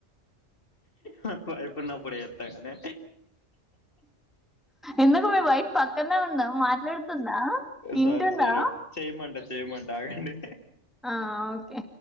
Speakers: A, on the left; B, in the centre.
A: మా వైఫ్ ఉన్నపుడు ఎత్తగని
B: ఎందుకు మీ వైఫ్ పక్కనే ఉ ందా మాట్లాడుతుందా వింటుందా
A: సారీ సారీ చేయమంట చేయమంట ఆగండి
B: ఆ ఓకే